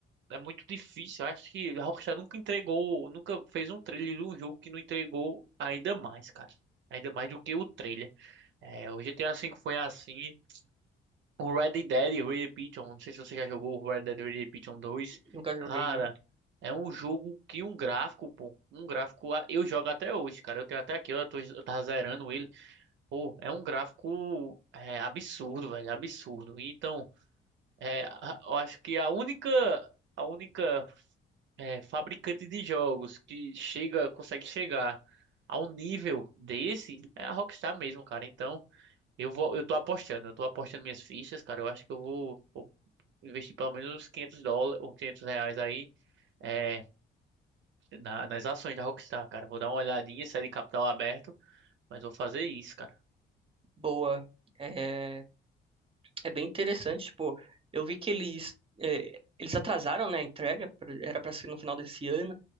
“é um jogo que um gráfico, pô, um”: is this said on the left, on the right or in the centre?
Right